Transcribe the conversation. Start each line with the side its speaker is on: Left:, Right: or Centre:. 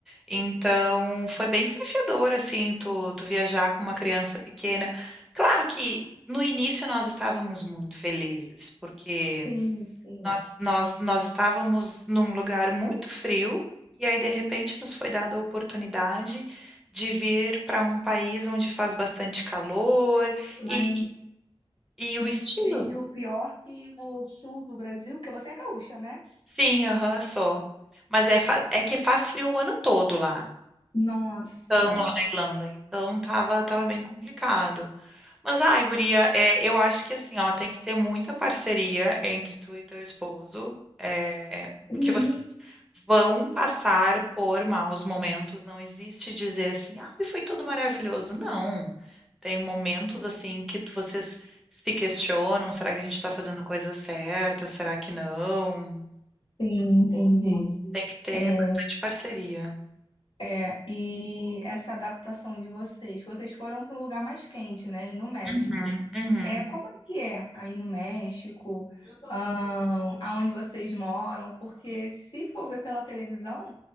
Centre: Então, foi bem desafiador, assim, tu, tu viajar com uma criança pequena. Claro que no início nós estávamos muito felizes, porque
Left: Sim, sim.
Centre: nós, nós, nós estávamos num lugar muito frio, e aí, de repente, nos foi dada a oportunidade de vir para um país onde faz bastante calor
Left: Lá
Centre: e,
Left: é
Centre: e o
Left: muito
Centre: estilo.
Left: frio, pior que o sul do Brasil, porque você é gaúcha, né?
Centre: Sim, aham, só. Mas é, faz- é que faz frio o ano todo lá.
Left: Nossa.
Centre: Então, lá na Irlanda. Então, tava, tava bem complicado. Mas, ai, guria, é, eu acho que assim, ó, tem que ter muita parceria entre tu e teu esposo, é, porque
Left: Uhum.
Centre: vocês vão passar por maus momentos. Não existe dizer assim, ai, foi tudo maravilhoso. Não. Tem momentos assim que tu- vocês se questionam, será que a gente tá fazendo a coisa certa? Será que não?
Left: Sim, entendi.
Centre: Tem que ter
Left: É,
Centre: bastante parceria.
Left: É, e essa adaptação de vocês, que vocês foram para um lugar mais quente, né, E no México.
Centre: Uhum, uhum,
Left: É, como é que é aí no México, ahn, aonde vocês moram? Porque se for ver pela televisão,